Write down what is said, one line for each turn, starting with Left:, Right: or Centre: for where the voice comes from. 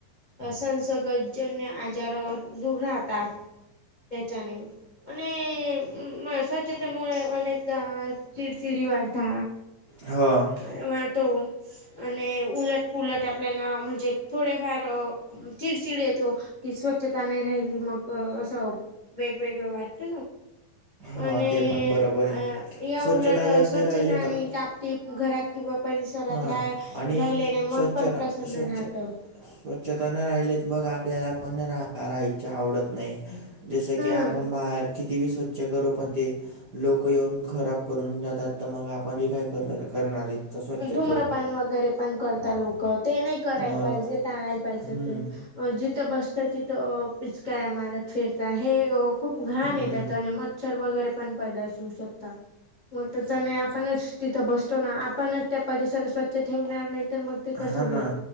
Left: संसर्गजन्य आजारावर दूर राहतात त्यांच्या ने आणि म स्वच्छतेमुळे अनेकदा चिडचिडी वाढता
Right: हां
Left: <unintelligible> आणि उलट पुुलट आपल्याला म्हणजे थोडेफार चिडचिड येतो की स्वच्छता नाही राहिली मग असं वेगवेगळं वाट
Right: हां
Left: आणि
Right: ते पण बरोबर आहे
Left: या
Right: स्वच्छता
Left: उलट
Right: जर
Left: स्वच्छता
Right: नाही राहिली तर
Left: टाप ते घरात किंवा परिसरात
Right: हां
Left: राहा
Right: आणि
Left: राहिल्याने मन
Right: स्वच्छ
Left: पण
Right: रा
Left: प्रसन्न
Right: स्वच्छ
Left: राहतं
Right: स्वच्छता न राहिलीत मग आपल्याला पण रा राहायच आवडत नाही जस
Left: हा.
Right: की आपण बाहेर किती बी स्वच्छ करू पण ते लोक येऊन खराब करून जातात तर मग आपणही काय कर करणार इत स्वच्छ
Left: धुम्रपान
Right: ठेवून
Left: वगैरे पण करतात लोक ते नाही करायला
Right: मग
Left: पाहिजे टाळायला पाहिजे
Right: हम्म,
Left: जिथं बसतं तिथं पिचका्या मार्यात फिरता हे खूप घाण
Right: हम्म,
Left: येत त्या आणि मच्छर वगैरे पण पैदा अस होऊ शकता मग त्याने पणच तिथं बसतो ना आपणच त्या परिसरात स्वच्छ ठेवणार नाही तर मग ते कसं
Right: हां
Left: होईल
Right: ना